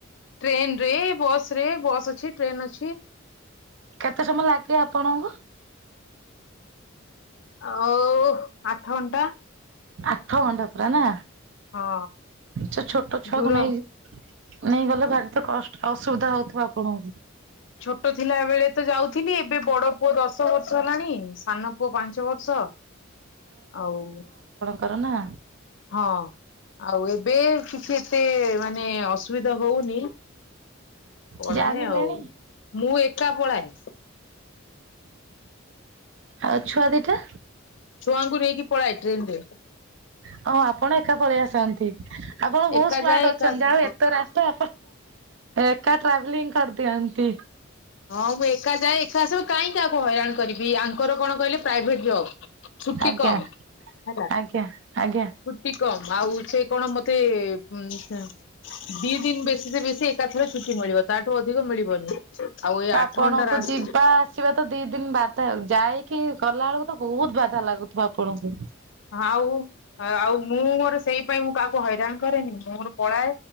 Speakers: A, on the left (about 60°); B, on the right (about 60°).
A: ଟ୍ରେନ ରେ ବସ ରେ ବସ୍ ଅଛି ଟ୍ରେନ ଅଛି।
B: କେତେ ସମୟ ଲାଗିବେ ଆପଣଙ୍କୁ?
A: ଆଉ ଆଠ ଘଣ୍ଟା।
B: ଆଠ ଘଣ୍ଟା ପୁରା ନା
A: ହଁ
B: ସେ ଛୋଟ ଛୁଆକୁ
A: ଦୂର
B: ନେଇ ନେଇଗଲେ ଭାରି ତ କଷ୍ଟ ଅସୁବିଧା ହଉଥିବ ଆପଣଙ୍କୁ।
A: ଛୋଟ ଥିଲା ବେଳେ ତ ଯାଉଥିଲି ଏବେ ବଡ ପୁଅ ଦଶ ଦଶ ବର୍ଷ ହେଲାଣି ସାନ ପୁଅ ପାଞ୍ଚ ବର୍ଷ ଆଉ
B: କର ନା।
A: ହଁ ଆଉ ଏବେ କିଛି ଏତେ ମାନେ ଅସୁବିଧା ହଉନି। ପଳାଏ
B: ଜାଣିଲେଣି
A: ଆଉ ମୁଁ କାପଳାଏ।
B: ଆଉ ଛୁଆ ଦିଟା?
A: ଛୁଆଙ୍କୁ ନେଇକି ପଳାଏ ଟ୍ରେନ ରେ।
B: ହଁ ଆପଣ ଏକା ପଳେଇ ଆସନ୍ତି ଆପଣ ବହୁତ
A: ଏକା
B: ସ୍ମାର୍ଟ
A: ଯାଏ ଏକା
B: ଅଛନ୍ତି
A: ଆସେ
B: ଯାହାହଉ ଏତେ ରାସ୍ତା ଏକା ଟ୍ରାଭେଲିଂ କରିଦିଅନ୍ତି।
A: ହଁ ମୁଁ ଏକା ଯାଏ ଏକା ଆସ କାହିଁକି ଆହାକୁ ହଇରାଣ କରିବି ଆଙ୍କର କଣ କହିଲେ ପ୍ରାଇଭେଟ୍ ଜବ୍। ଛୁଟି
B: ଆଜ୍ଞା
A: କମ ହେଲା ଛୁଟି
B: ଆଜ୍ଞା ଆଜ୍ଞା
A: କମ ଆଉ ସେ କଣ ମତେ ଉଁ, ସେ ଦି ଦିନ ବେଶୀ ସେ ବେଶୀ ଏକାଥରେ ଛୁଟି ମିଳିବ। ତାଠୁ ଅଧିକ ମିଳିବନି। ଆଉ ଏଇ
B: ତ
A: ଆଠ
B: ଆପଣଙ୍କୁ
A: ଘଣ୍ଟା ରାସ୍
B: ଯିବା ଆସିବା ତ ଦି ଦିନ ବାଦ ଆଉ। ଯାଇ କି ଗଲା ବେଳକୁ ତ ବହୁତ ବାଧା ଲାଗୁଥିବ ଆପଣଙ୍କୁ?
A: ଆଉ ଆଉ ମୁଁ ମୋର ସେଇ ପାଇଁ ମୁଁ କାହାକୁ ହଇରାଣ କରେନି ମୁଁ ମୋର ପଳାଏ।